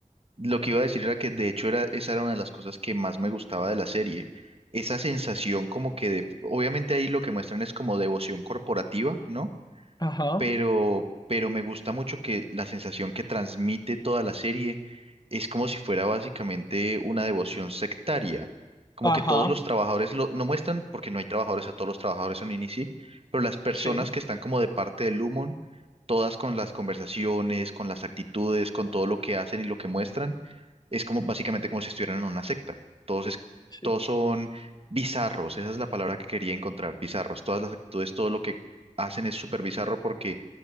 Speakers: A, on the right (about 45°); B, on the left (about 30°).
A: lo que iba a decir era que de hecho era, esa era una de las cosas que más me gustaba de la serie. Esa sensación como que de, obviamente ahí lo que muestran es como devoción corporativa, ¿no?
B: Ajá,
A: pero, pero me gusta mucho que la sensación que transmite toda la serie es como si fuera básicamente una devoción sectaria. Como
B: ajá,
A: que todos los trabajadores lo, no muestran, porque no hay trabajadores, a todos los trabajadores son Inisi, pero las personas
B: sí,
A: que están como de parte del Lumon, todas con las conversaciones, con las actitudes, con todo lo que hacen y lo que muestran, es como básicamente como si estuvieran en una secta. Todos, es-
B: sí,
A: todos son bizarros, esa es la palabra que quería encontrar, bizarros. Todas las actitudes, todo lo que hacen es súper bizarro porque